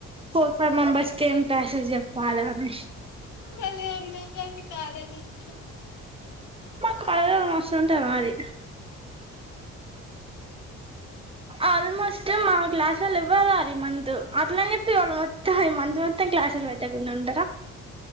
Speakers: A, on the right; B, on the left.
A: ఫోర్ ఫైవ్ మెంబర్స్ క ఏం క్లాసెస్ చెప్పాలా అని
B: భలే ఉంది కదా మీ కాలేజీలో
A: మా కాలేజ్ మస్తు ఉంటది మరి ఆల్మోస్ట్ మా క్లాసులు ఇవ్వాల అర మంత్ అట్లాని చెప్పి వాళ్ళ మొత్తం అ మంత్ మొత్తం క్లాస్లు పెారు కుంట ఉంటారా